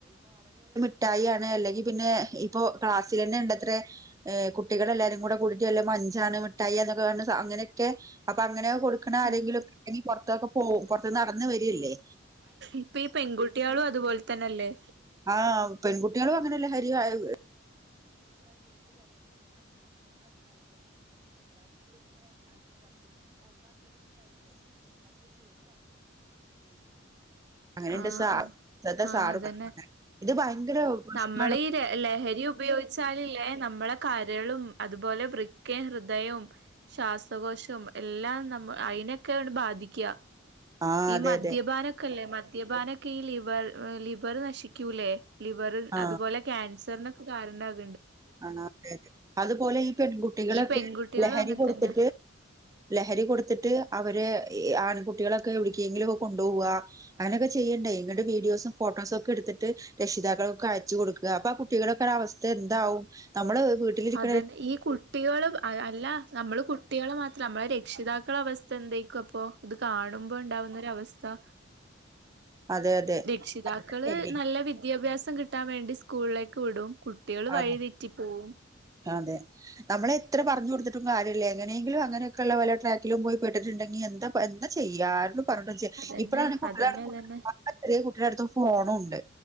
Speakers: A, on the right; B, on the right.
A: മിഠായി ആണ് അല്ലെങ്കിൽ പിന്നെ ഇപ്പോ ക്ലാസ്സിൽ തന്നെ ഉണ്ടത്രെ ഹ കുട്ടികൾ എല്ലാരും കൂടെ കൂടിയിട്ട് വല്ല മഞ്ചാണ് മിഠായി എന്നൊക്കെ അങ്ങനെയൊക്കെ അപ്പൊ അങ്ങനെ കൊടുക്കണ ആരെങ്കിലുഒക്കെ
B: ഉം
A: <unintelligible> പുറത്തൊക്കെ പോം പുറത്ത് നടന്ന് വരിയല്ലേ
B: ഇപ്പ ഈ പെൺകുട്ടികളും അതുപോലെ തന്നല്ലേ
A: ആഹ് പെൺകുട്ടികളും അങ്ങനെയല്ലേ ഹരി <unintelligible> <unintelligible> <unintelligible> അങ്ങനെയണ്ട്
B: ആഹ്
A: സാ
B: ആഹ്
A: <unintelligible>
B: ആഹ്
A: സാറ്
B: അതന്നെ
A: ഇത് ഭയങ്കര പ്രശ്നാടോ
B: നമ്മളീ ര ലഹരി ഉപയോഗിച്ചാലില്ലേ നമ്മള കരളും അതുപോലെ വൃക്കേം ഹൃദയവും ശ്വാസകോശവും എല്ലാം നമ്മ അയിനൊക്കെയ ബാധിക്കുക
A: ആ
B: ഈ
A: അതെ
B: മദ്യപാനൊക്കെല്ലേ
A: അതെ
B: മദ്യപാനൊക്കെ ഈ ലിവർ ലിവർ നശിക്കൂല്ലേ ലിവർ
A: ആ
B: അതുപോലെ ക്യാൻസറിന് കാരണ്ട
A: ആ അതെതെ അതുപോലെ ഈ പെൺകുട്ടികളൊക്കെ
B: ഈ പെൺകുട്ടികളും
A: ലഹരി
B: അങ്ങനെ
A: കൊടുത്തിട്ട്
B: തന്നെ
A: ല ലഹരി കൊടുത്തിട്ട് അവര് ഇ ആൺകുട്ടികളൊക്കെ എവിടക്കെങ്കിലും ഒക്കെ കൊണ്ടോവ അങ്ങനെയൊക്കെ ചെയ്യ്ണ്ട് ഇന്നട്ട്‌ വീഡിയോസും ഫോട്ടോസും ഒക്കെ എടുത്തിട്ട് രക്ഷിതാക്കൾക്കൊക്കെ അയച്ച് കൊടുക്കുക അപ്പൊ ആ കുട്ടികളൊക്കെ ഒരവസ്ഥ എന്താവും. നമ്മള് വീട്ടിലിരിക്കുന്ന
B: അതന്നെ ഈ കുട്ടികള് അല്ല നമ്മള് കുട്ടികളെ മാത്രം നമ്മളെ രക്ഷിതാക്ക കളെ അവസ്ഥ എന്തേക്കും അപ്പൊ ഇത് കാണുമ്പോ ഉണ്ടാവുന്ന ഒരവസ് സ്ഥ
A: അതെ അതെ
B: രക്ഷിതാക്കള്
A: പേടി.
B: നല്ല വിദ്യാഭ്യാസം കിട്ടാൻ വേണ്ടി സ്കൂളിലേക്ക് വിടും കുട്ടികള് വഴിതെറ്റി
A: അതെ
B: പോവും
A: അതെ നമ്മള് എത്ര പറഞ്ഞ് കൊടുത്തിട്ടും കാര്യ ല്യ. എങ്ങനെങ്കിലും അങ്ങനൊക്കെള്ള വല്ല ട്രാക്കിലും പോയി പെട്ടിട്ടുണ്ടെങ്കിൽ എന്ത എന്താ ചെയ്യ ആരോ പറഞ്ഞിട്ടും ചെ
B: അതന്നെ
A: ഇപ്പഴാണെ കുട്ടികള
B: അതന്നെ
A: അടുത്ത്
B: അതന്നെ
A: നന്ന ചെറിയ കുട്ടികളെ ടുത്തു ഫോണുണ്ട്